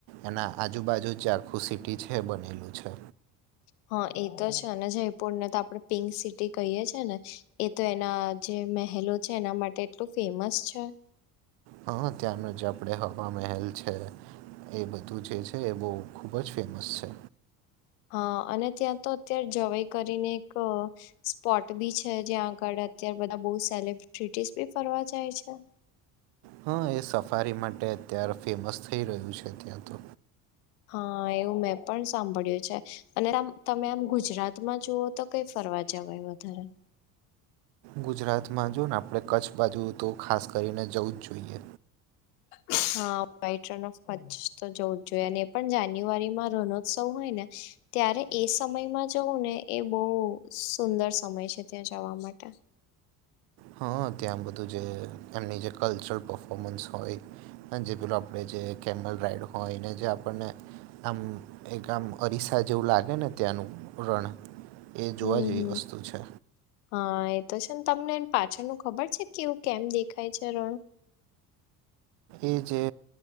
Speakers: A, on the right; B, on the left.
A: એના આજુબાજુ જે આખું સિટી છે, બનેલું છે.
B: હ એ તો છે, અને જયપુર ને તો આપણે પિંક સિટી કહીય છે, ને એ તો એના જે મહેલો છે, એના માટે એટલું ફેમસ છે.
A: હ તયાંનો જ આપણે હવા મહેલ છે, એ બધું જે છે, એ બો ખૂબ જ ફેમસ છે.
B: હ અને ત્યાં તો અત્યારે જવાઈ કરીને એક સ્પોટ બી છે, જ્યાં આગળ અત્યારે બધા બો સેલિબ્રિટીસ બી ફરવા જાય છે.
A: હ એ સફારી માટે અત્યારે ફેમસ થઈ રહ્યું છે, ત્યાં તો
B: હ એવું મેં પણ સાંભળ્યું છે, અને આમ તમે આમ ગુજરાતમાં જુઓ તો કઈ ફરવા જવાય વધારે
A: ગુજરાતમાં જો ને આપણે કચ્છ બાજુ તો ખાસ કરીને જવું જ જોઈએ
B: હ વ્હાઈટ રન ઓફ કચ તો જવું જ જોઈએ ને એ પણ જાન્યુઆરીમાં રણોત્સવ હોય ને ત્યારે એ સમયમાં જવું ને એ બો સુંદર સમય છે, ત્યાં જવા માટે
A: હ ત્યાં બધું જે એમની જે કલ્ચરલ પફોર્મન્સ હોય હાજી પેલો આપણે જે કેમલ રાઈડ હોય એને જે આપણને આમ એક આમ અરીસા જેવું લાગે ને ત્યાંનું રણ એ જોવા
B: હમ
A: જેવી
B: હમ.
A: વસ્તુ છે
B: હા એ તો છે, ને તમને પાછળનું ખબર છે, કેવું કેમ દેખાય છે, રણ
A: એ જે